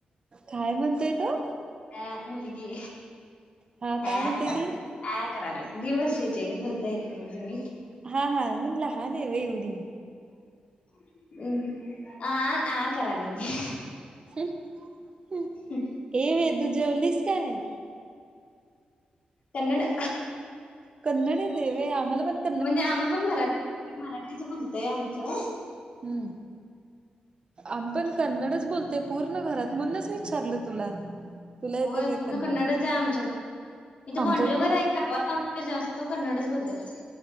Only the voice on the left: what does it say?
ह मुलगी
आं
कराल्या
आ कराल्या दीड वर्षाची हाय ग बोलता येत नाही अजून नीट
<inaudible> आ आ करल्या ती
हम्
कन्नड
म्हणजे आम्ही पण मराठी मराठीच बोलतोय आमचं
होय
पूर्ण
कन्नडच आहे आमच्या घरात इथे
बाॉन्ड्रीवर
आहे गावात जास्त कन्नडच बोलत्यात